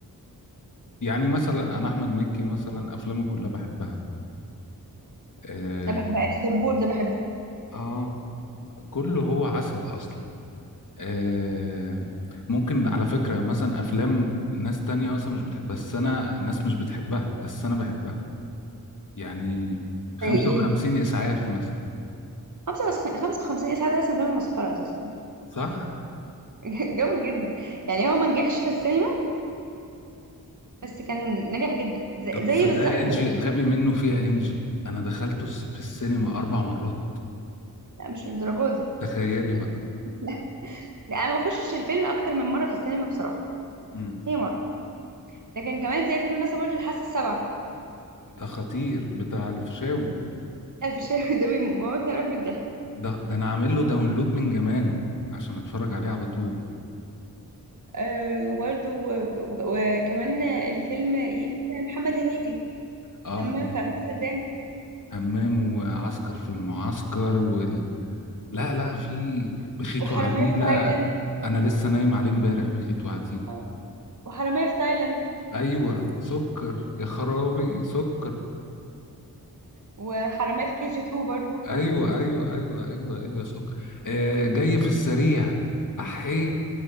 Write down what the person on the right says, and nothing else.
انا بحب في دبور ده بحبه
زي ايه
خمسة وخ- 55 اسعاد ده اصلا فيلم مسخرة اساسا
<laughs> جامد جدا يعني هو ما نجحش في السينما بس كان ناجح جدا زي
زي
بالظبط
لا مش للدرجة دي <laughs>
لا لا، انا ما بخشش الفيلم اكتر من مرة في السينما بصراحة
هي مرة لكن كمان زي فيلم مثلا برضه الحاسة السابعة
الف الشيخ <laughs> ده بيموتني وراح من الضحك
آه وبرضه وكمان الفيلم إيه، فيلم محمد هنيدي
حمام في امستردام
وحرامية
في تايلاند
آه، وحرامية في تايلاند
وحرامية في كي جي 2 برضه